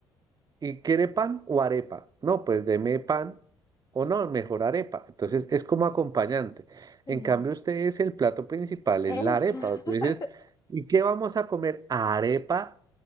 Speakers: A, on the right; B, on the left.
A: ¿Y quiere pan o arepa? No, pues deme pan o no, mejor arepa. Entonces es como acompañante.
B: sí,
A: En cambio, ustedes el plato principal
B: esa.
A: es la arepa. Entonces,
B: <laughs>
A: ¿y qué vamos a comer? Arepa,